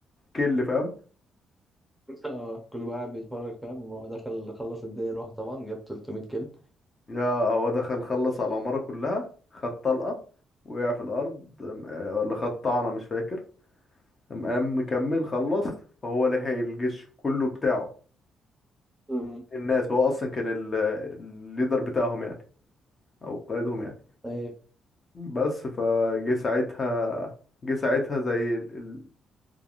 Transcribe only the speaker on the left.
كل فاهم
يا هو دخل خلص على العمارة كلها خد طلقة وقع في الأرض أم- آه، ولا خد طعنة مش فاكر قام قام مكمل خلص فهو لحق الجيش كله بتاعه
الناس هو أصلا كان ال- الليدر بتاعهم يعني او قائدهم يعني
بس فجه ساعتها جه ساعتها زي ال... ال...